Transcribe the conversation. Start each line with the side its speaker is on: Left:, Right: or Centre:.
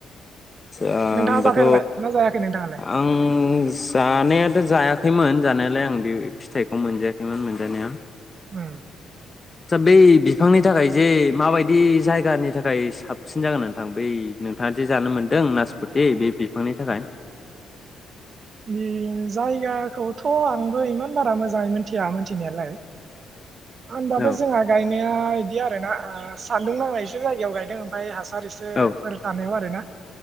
Left: आ होनोमबाथ'
Right: नोंथाङा जाफेरबाय ना जायाखै नोंथाङालाय
Left: आं जानायाथ' जाया खैमोन जानायालाय आं बे फिथाइखौ मोनजायाखैमोन मोनजानाया
Right: होम
Left: आदसा बै बिफांनि थाखाय जे माबायदि जायगानि थाखाय साबसिन जागोन नोंथां बै नोंथाङा दि जानो मोन दों नासप ति बे बिफांनि थाखाय
Right: बे जायगाखौथ' आंबो इमान बारा मोजाङै मिथिया मिथिनायालाय होमबाबो
Left: औ
Right: जोंहा गायना या इदि आरो ना सान्दुं नांनाय एसे जायगायाव गायदों ओमफाय हासा सार इसेफोर
Left: औ
Right: थानायाव आरो ना